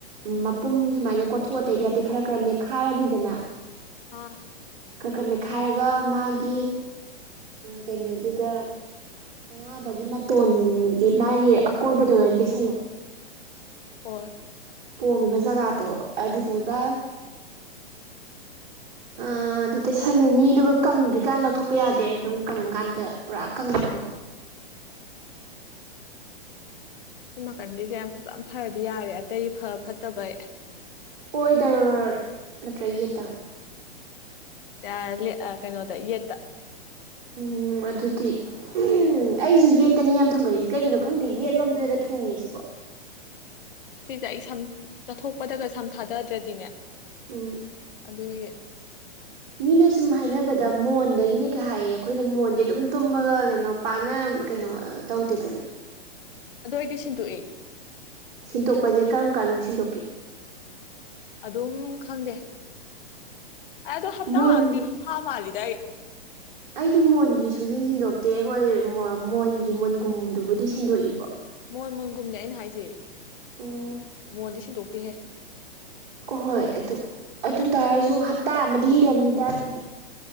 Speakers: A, on the right; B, on the left.
A: ꯃꯄꯨꯝ ꯁꯨꯃꯥꯏꯅ ꯀꯣꯊꯣꯛꯑꯇꯩꯕ ꯌꯥꯗꯦ ꯈꯔ ꯈꯔ ꯃꯦꯠꯈꯥꯏꯔꯅꯤꯗꯅ꯫
B: ꯑꯥ꯫
A: ꯀꯔꯀꯔ ꯃꯦꯠꯈꯥꯏꯔꯒ ꯃꯥꯒꯤ ꯀꯩꯅꯣꯗꯨꯗ꯫ ꯑꯅꯥꯕꯒꯤ ꯃꯇꯣꯟꯒꯤ ꯃꯥꯒꯤ ꯑꯀꯣꯏꯕꯗꯣ ꯂꯣꯏ ꯇꯩꯁꯜꯂꯣ꯫
B: ꯍꯣꯏ꯫
A: ꯄꯣꯝꯃꯤꯕ ꯖꯒꯥꯗꯣ ꯑꯗꯨꯗꯨꯒ꯫ ꯑ ꯑꯗꯨ ꯇꯩꯁꯜꯂꯅꯤ ꯑꯗꯨꯒ ꯀꯪꯗ꯭ꯔꯤꯀꯥꯟ ꯂꯧꯊꯣꯛꯄ ꯌꯥꯗꯦ ꯑꯗꯨꯝ ꯀꯪꯉꯀꯥꯟꯗ ꯄꯨꯔꯥ ꯀꯪꯕꯗꯣ꯫ <inaudible>
B: ꯁꯨꯝ ꯅꯥꯀꯟꯒꯤꯁꯦ ꯌꯥꯝ ꯐꯖꯅ ꯐꯔꯗꯤ ꯌꯥꯔꯦ ꯑꯇꯩ ꯐ ꯐꯠꯇꯕ꯫
A: ꯑꯣꯏꯗꯔ ꯅꯠꯇ꯭ꯔꯒ ꯌꯦꯇꯔꯣ꯫
B: ꯌꯔꯥꯂꯤ ꯀꯩꯅꯣꯗ ꯌꯦꯠꯇ꯫
A: ꯎꯝ ꯑꯗꯨꯗꯤ ꯎꯝ ꯑꯩꯁꯨ ꯌꯦꯠꯇꯅꯤ ꯌꯥꯝ ꯊꯣꯡꯒꯠꯜꯂꯤꯁꯦ ꯀꯩꯒꯤꯅꯣ ꯈꯪꯗꯦ ꯌꯦꯠꯂꯣꯝꯗꯗ꯫ ꯊꯨꯡꯉꯤꯁꯤꯕ꯫
B: ꯁꯤꯁꯦ ꯑꯩ ꯁꯝ ꯆꯠꯊꯣꯛꯄꯗꯒ ꯁꯝ ꯊꯥꯗꯗ꯭ꯔꯗꯤꯅꯦ꯫
A: ꯎꯝ
B: ꯑꯗꯨꯒꯤ꯫
A: ꯃꯤꯅ ꯁꯨꯝ ꯍꯥꯏꯅꯕꯗ ꯃꯣꯟꯗꯒꯤꯅꯤ ꯀꯩ ꯍꯥꯏꯌꯦ ꯑꯩꯈꯣꯏꯅ ꯃꯣꯟꯁꯦ ꯑꯗꯨꯝ ꯇꯨꯝꯃꯒ ꯀꯩꯅꯣ ꯄꯥꯛꯅ꯫ ꯀꯩꯅꯣ ꯇꯧꯗꯦꯗꯅ꯫
B: ꯑꯗꯨ ꯑꯩꯗꯤ ꯁꯤꯟꯗꯣꯛꯏ꯫
A: ꯁꯤꯟꯗꯣꯛꯄꯁꯦ ꯀꯔꯝ ꯀꯥꯟꯗ ꯁꯤꯟꯗꯣꯛꯀꯦ꯫
B: ꯑꯗꯨꯝ ꯈꯪꯗꯦ ꯑꯩ ꯑꯗꯨꯗ ꯍꯞꯇꯥ
A: ꯃꯣꯟꯗꯤ
B: ꯑꯃꯗꯤ ꯑꯗꯨꯝ ꯐꯥ ꯃꯥꯜꯂꯤ꯫ ꯗꯦꯏ꯫
A: ꯑꯩꯗꯤ ꯃꯣꯟꯗꯤ ꯁꯨꯡꯆꯟ ꯁꯤꯟꯗꯣꯛꯇꯦ ꯍꯣꯏ ꯃꯣꯟꯒꯤ ꯃꯨꯟꯒꯨꯝꯗꯨꯕꯨꯗꯤ ꯁꯤꯟꯗꯣꯛꯏꯀꯣ꯫
B: ꯃꯣꯟ ꯃꯣꯟꯒꯨꯝꯅꯦ ꯑꯩꯅ ꯍꯥꯏꯁꯦ
A: ꯎꯝ
B: ꯃꯣꯟꯗꯤ ꯁꯤꯟꯗꯣꯛꯇꯦꯍꯦ꯫
A: ꯍꯣꯏ ꯑꯗꯨ ꯑꯗꯨ ꯇꯔꯁꯨ ꯍꯞꯇꯥ ꯑꯃꯗꯤ ꯍꯦꯜꯂꯝꯅꯤꯗ ꯍꯥꯏꯗꯤ꯫